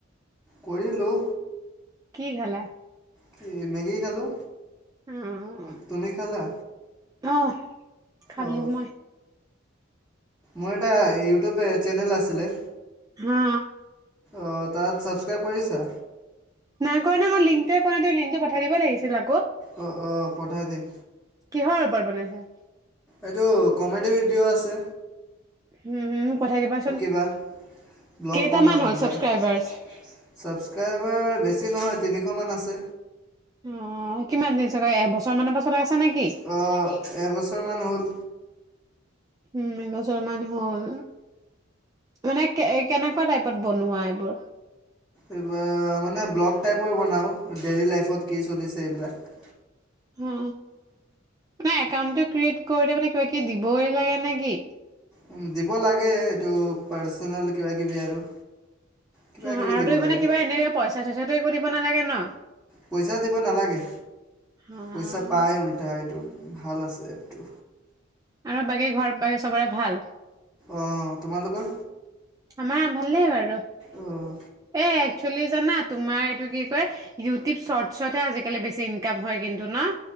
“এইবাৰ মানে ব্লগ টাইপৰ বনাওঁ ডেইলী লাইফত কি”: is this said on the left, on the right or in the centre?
Centre